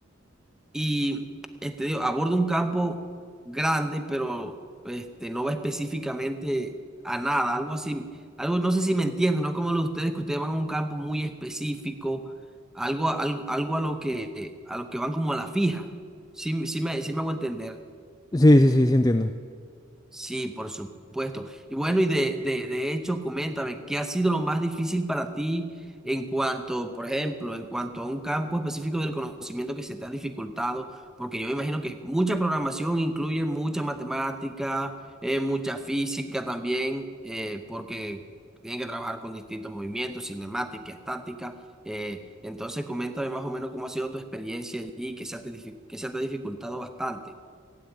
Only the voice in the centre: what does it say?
y este, digo, aborda un campo grande, pero este, no va específicamente a nada, algo así. Algo, no sé si me entienden, no es como lo de ustedes, que ustedes van a un campo muy específico, algo, a- algo, algo a lo que, a lo que van como a la fija. Sí, sí me, sí me hago entender.
Sí, por supuesto. Y bueno, y de, de, de hecho, coméntame, ¿qué ha sido lo más difícil para ti en cuanto, por ejemplo, en cuanto a un campo específico del conocimiento que se te ha dificultado? Porque yo me imagino que mucha programación incluye mucha matemática, eh, mucha física también, eh, porque tienen que trabajar con distintos movimientos, cinemática, estática. eh, entonces, coméntame más o menos cómo ha sido tu experiencia allí, que se ha te dific- que se te ha dificultado bastante.